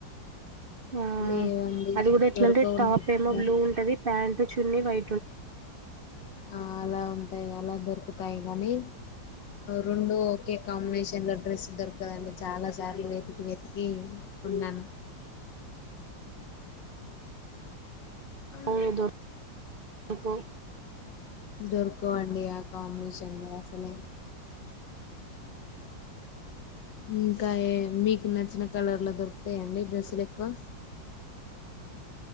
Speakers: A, on the right; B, on the left.
A: ఆ
B: లేవండి
A: అది కూడ ఎట్లాంటే
B: దొరకవు
A: టాప్
B: నాకు
A: ఏమో బ్లూ ఉంటది ప్యాంట్ చున్ని వై
B: ఆ అల ఉంటాయి అలా దొరుకుతాయి కానీ రెండు ఒకే కాంబినేషన్ లో డ్రెస్ దొరకదండి చాల సార్లు వే వెతికి ఉన్నాన్ అ
A: అవును దొరకు
B: దొర్కు వండి ఆ కాంబినేషన్లో అసలే ఇంకా మీకు నచ్చిన కలర్లో దొరుకుతాయిండి డ్రెస్సులు ఎక్కువ